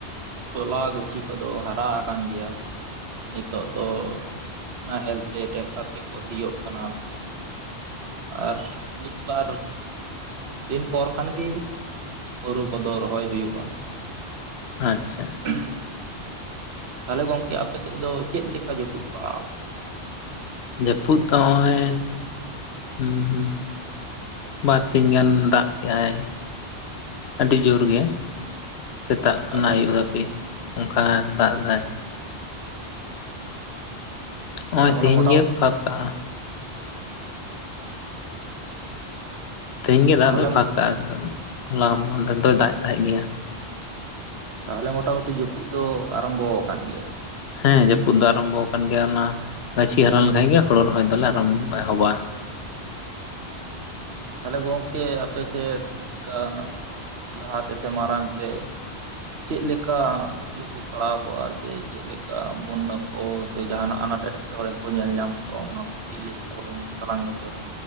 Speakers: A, on the right; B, on the left.
A: ᱛᱚᱞᱟ ᱜᱟᱹᱪᱷᱤ ᱠᱚᱫᱚ ᱦᱟᱨᱟ ᱟᱠᱟᱱ ᱜᱮᱭᱟ᱾ ᱱᱤᱛᱚᱜ ᱫᱚ ᱱᱟᱦᱮᱞ ᱛᱮ ᱴᱮᱠᱴᱟᱨ ᱛᱮᱠᱚ ᱥᱤᱭᱳᱜ ᱠᱟᱱᱟ᱾ ᱟᱨ ᱢᱤᱫ ᱵᱟᱨ ᱫᱤᱱ ᱯᱚᱨ ᱠᱷᱟᱱᱜ ᱜᱮ ᱦᱳᱲᱳ ᱠᱚᱫᱚ ᱨᱚᱦᱚᱭ ᱦᱩᱭᱩᱜᱼᱟ
B: ᱟᱪᱪᱷᱟ
A: <unintelligible> ᱛᱟᱦᱚᱞᱮ ᱜᱚᱝᱠᱮ ᱟᱯᱮ ᱥᱮᱫ ᱫᱚ ᱪᱮᱫ ᱞᱮᱠᱟ ᱡᱟᱹᱯᱩᱫ ᱯᱟᱲᱟᱣ ᱟᱠᱟᱱᱟ?
B: ᱡᱟᱹᱯᱩᱫ ᱫᱚ ᱱᱚᱜᱼᱚᱭ ᱵᱟᱨ ᱥᱤᱧ ᱜᱟᱱ ᱫᱟᱜ ᱠᱮᱜ ᱟᱭ ᱟᱹᱰᱤ ᱡᱳᱨ ᱜᱮ ᱥᱮᱛᱟᱜ ᱠᱷᱚᱱᱟᱜ
A: ᱟᱪᱪᱷᱟ
B: ᱟᱭᱩᱵ ᱫᱟᱹᱵᱤᱡ ᱚᱱᱠᱟ ᱫᱟᱜ ᱫᱟᱭ ᱱᱚᱜᱼᱚᱭ
A: ᱛᱟᱨᱢᱟᱱᱮ
B: ᱛᱮᱦᱮᱧ
A: ᱢᱚᱴᱟᱢᱩᱴᱤ
B: ᱜᱮ ᱯᱷᱟᱠ ᱠᱟᱜ-ᱟ ᱛᱮᱦᱮᱧ ᱜᱮ
A: ᱛᱟᱦᱚᱞᱮ
B: ᱫᱟᱜ ᱫᱚᱭ ᱯᱷᱟᱸᱠᱟᱜᱼᱟ ᱦᱚᱞᱟ ᱢᱟᱸᱫᱷᱮᱨ ᱫᱚᱭ ᱫᱟᱜ ᱮ ᱛᱟᱦᱮᱸᱫ ᱜᱮᱭᱟ᱾
A: ᱛᱟᱦᱚᱞᱮ ᱢᱚᱴᱟᱢᱩᱴᱤ ᱡᱟᱹᱯᱩᱫ ᱫᱚ ᱟᱨᱟᱢᱵᱚ ᱟᱠᱟᱱ ᱜᱮᱭᱟ᱾
B: ᱦᱮᱸ ᱡᱟᱹᱯᱩᱫ ᱫᱚ ᱟᱨᱟᱢᱵᱚ ᱟᱠᱟᱱ ᱜᱮᱭᱟ ᱚᱱᱟ ᱜᱟᱹᱪᱷᱤ ᱦᱟᱨᱟ ᱞᱮᱱᱠᱷᱟᱱ ᱜᱮ ᱦᱳᱲᱳ ᱨᱚᱦᱚᱭ ᱫᱚᱞᱮ ᱟᱨᱚᱢ ᱮᱦᱚᱵᱼᱟ᱾
A: ᱛᱟᱦᱚᱞᱮ ᱜᱚᱝᱠᱮ ᱟᱯᱮᱥᱮᱫ ᱪᱤᱠᱟ ᱞᱟᱦᱟᱛᱮ ᱥᱮ ᱢᱟᱨᱟᱝ ᱛᱮ ᱪᱮᱫ ᱞᱮᱠᱟ ᱡᱟᱹᱯᱩᱫ ᱯᱟᱲᱟᱣ ᱠᱚᱜᱼᱟ ᱥᱮ ᱪᱮᱫᱞᱮᱠᱟ ᱵᱚᱱᱱᱚ ᱠᱚ ᱥᱮ ᱡᱟᱦᱱᱟᱜ ᱟᱱᱟᱴ ᱮᱸᱴᱠᱮᱴᱚᱲᱮ ᱠᱚ ᱧᱮᱞ ᱧᱟᱢ ᱠᱚᱜᱼᱟ ᱚᱱᱟ ᱠᱟᱹᱴᱤᱡ ᱞᱟᱹᱭ <inaudible> ᱛᱟᱞᱟᱝ ᱢᱮ ᱥᱮ